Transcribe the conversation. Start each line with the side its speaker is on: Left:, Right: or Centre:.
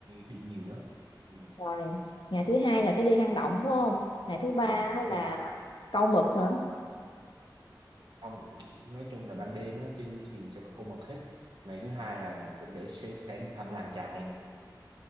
Right: đi nhiều đó ừ.
Left: rồi. ngày thứ hai là sẽ đi hang động đúng không ngày thứ ba á
Right: Ừ.
Left: là câu mực hả
Right: ông nói chung là ban đêm á trên du thuyền sẽ có con mực hết ngày thứ hai là mình cũng để sẽ sẽ đi thăm làng chài nè